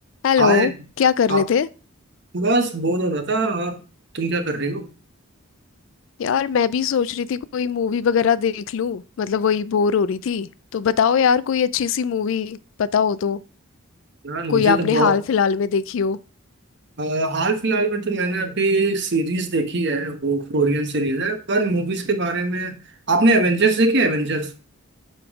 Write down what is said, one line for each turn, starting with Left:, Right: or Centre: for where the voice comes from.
Left: Hello
Right: हाय
Left: क्या कर
Right: हाँ
Left: रहे थे
Right: बस बोर हो रहा था और तुम क्या कर रही हो
Left: यार मैं भी सोच रही थी कोई मूवी वगैरह देख लूं मतलब वही बोर हो रही थी तो बताओ यार कोई अच्छी सी मूवी पता हो तो
Right: यार मुझे
Left: कोई
Right: तो
Left: आपने
Right: बहुत
Left: हाल फिलहाल में देखी हो
Right: अ, हाल फिलहाल में तो मैंने अभी सीरीज देखी है वो कोरियन सीरीज है पर मूवीज के बारे में आपने एवेंजर्स देखी है एवेंजर्स